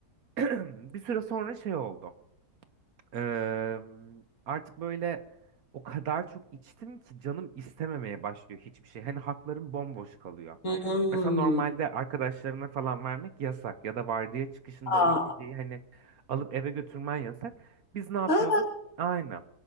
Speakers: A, on the right; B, on the left.
A: <clears throat> Bir süre sonra şey oldu. Eee, artık böyle o kadar çok içtim ki canım istememeye başlıyor hiçbir şey. Hani haklarım bomboş kalıyor.
B: Hmm.
A: Mesela normalde arkadaşlarına falan vermek yasak ya da vardiya çıkışında
B: Aa,
A: o içeceği hani alıp eve götürmen yasak. Biz ne yapıyorduk?
B: ha,
A: Aynen.